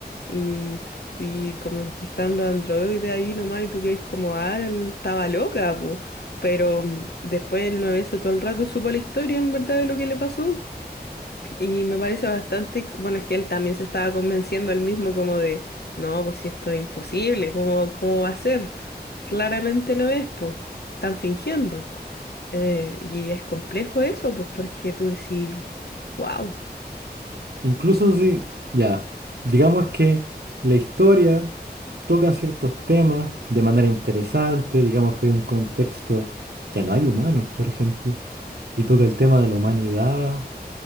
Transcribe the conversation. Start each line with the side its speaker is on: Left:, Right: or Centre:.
Left: y, y como que están los androides ahí nomás y tú que como, ah, él estaba loca, po". Pero mm, después el nueve s todo el rato supo la historia en verdad de lo que le pasó. Y me parece bastante, ex- bueno, es que él también se estaba convenciendo él mismo como de, no, pues si esto es imposible, ¿cómo, cómo va a ser? Claramente lo es, pues, están fingiendo. Eh, y es complejo eso, pues porque tú decís, wow,
Right: Incluso si, ya, digamos que la historia toca ciertos temas de manera interesante, digamos que hay un contexto, ya no hay humanos, por ejemplo, y toca el tema de la humanidad